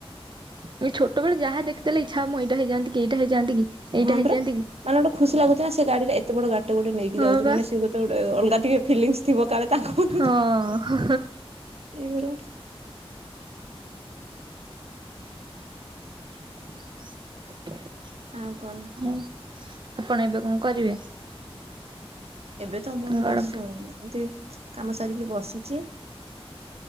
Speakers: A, on the right; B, on the right.
A: ହୁଁ। ଛୋଟବେଳେ ଯାହା ଦେଖିଥିଲେ ଇଚ୍ଛା ମୁଁ ଏଇଟା ହେଇଯାନ୍ତି କି ଏଇଟା ହେଇଯାନ୍ତି କି। ଏଇଟା
B: ହଁ
A: ହେଇଯାଆନ୍ତି
B: ପରା।
A: କି।
B: ମାନେ ଗୋଟେ ଖୁସି ଲାଗୁଚି ନା ସେ ଗାଡିଟା ଏତେ ବଡ ଗୋଟେ ନେଇକି
A: ହଁ
B: ଯାଉଚି
A: ବା
B: ମାନେ ସେ ତ ଗୋଟେ ଅଲଗା ଟିକେ ଫିଲିଙ୍କସ୍ ଥିବ କାଳେ ତାଙ୍କ ମନରେ।
A: ହଁ।
B: ଏଇଭଳିଆ।
A: <inaudible>
B: ଆଉ କଣ?
A: ଆଉ ଆପଣ ଏବେ କଣ କରିବେ?
B: ଏବେ ତ ମୋର
A: କଣ
B: ବାସ ଏମତି କାମ ସାରିକି ବସିଚି।